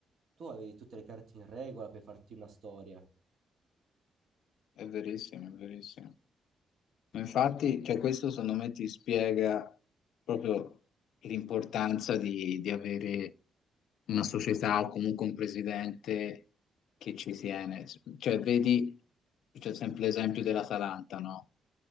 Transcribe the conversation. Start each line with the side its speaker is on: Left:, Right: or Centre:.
Right: tu avevi tutte le carte in regola per farti una storia.
Left: È verissimo, è verissimo. Ma Infatti, cioè, questo secondo me ti spiega proprio l'importanza di, di avere una società o comunque un presidente che ci tiene. Cioè, vedi, c'è sempre l'esempio dell'Atalanta, no?